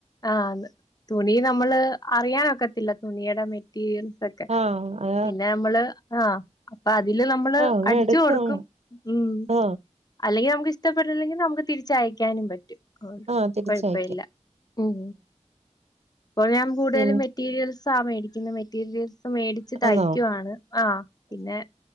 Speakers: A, on the left; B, on the right.
A: ആഹ് ആന്ന് തുണി നമ്മള് അറിയാനൊക്കത്തില്ല തുണിയുടെ മെറ്റീരിയൽ ലൊക്കെ
B: ആഹ് ആ
A: പിന്നെ നമ്മള് ആഹ് അപ്പ അതില് നമ്മള്
B: ആ അങ്ങ്
A: അടിച്ചു
B: എടുക്കും
A: കൊടുക്കും ഉം
B: ആ
A: അല്ലെങ്കി നമുക്ക് ഇഷ്ടപ്പെട്ടില്ലെങ്കിൽ നമുക്ക് തിരിച്ചയക്കാനും പറ്റും
B: ആ തിരിച്ചയക്കാം
A: കൊഴപ്പമില്ല ഉം ഇപ്പൊഴും കൂടുതലും
B: പിൻ
A: മെറ്റീരിയൽസാ മേടിക്കുന്നത് മെറ്റീരിയൽ മേടിച്ച് തയ്ക്കുവാണ്
B: ആന്നോ
A: ആഹ് പിന്നെ